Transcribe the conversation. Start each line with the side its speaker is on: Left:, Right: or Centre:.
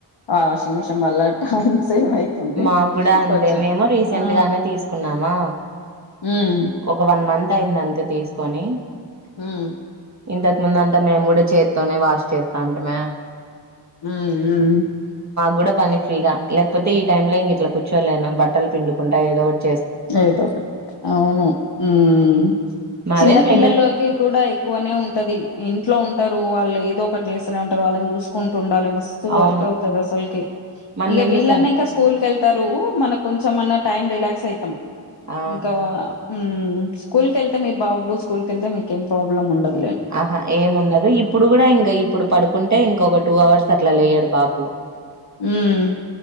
Left: ఆ వాషింగ్ మిషిన్ వళ్ళ సేవ్ అయితుంది
Right: మాకు కూడా అంతే
Left: కొంచెం
Right: మేము రీసెంట్
Left: ఆ
Right: గానే తీసుకున్నామా
Left: మ్మ్
Right: ఒక వన్ మంత్ అయింది అంతే తీసుకొని
Left: మ్మ్
Right: ఇంతకు ముందు అంత మేము కూడా చేత్తోనే వాష్ చేస్తా అంటిమే
Left: మ్మ్ మ్మ్
Right: కుడా పని ఫ్రీగా లేకపోతే ఈ టైమ్లో ఇంగ ఇట్ల కూర్చోలేను బట్టలు పిండుకుంట ఏదో ఒట్
Left: ఏదోఒకటి అవును ఉమ్మ్
Right: మాదేం
Left: చిన్న పిల్లల్లోకి
Right: పెద్దది
Left: కూడా ఎక్కువనే ఉంటది ఇంట్లో ఉన్ టరు వాళ్ళు ఏదో ఒకటి చేస్తూనే ఉంటారు వాళ్ళని చూసుకుంటూ ఉండాలి మస్తు
Right: అవును
Left: వర్క్ అవుతది అసల్కి
Right: మనం
Left: ఇగ
Right: ఇండ్లు
Left: వీల్లన్న
Right: స
Left: ఇంక స్కూల్ కెల్ తరు ఉ మనకు కొంచమన్నా టైం రిలాక్స్ అయితం
Right: ఆ
Left: ఇంకా మ్మ్ స్కూల్ కెళ్తే మీ బాబు స్కూల్ కెళ్తే మీకేం ప్రాబ్లం ఉండదు
Right: ఆహా ఏముండదు ఇప్పుడు కూడా ఇంగ ఇప్పుడు పడుకుంటే ఇంక ఒక టూ అవర్స్ అట్ల లేయడు బాపు
Left: మ్మ్ ఉ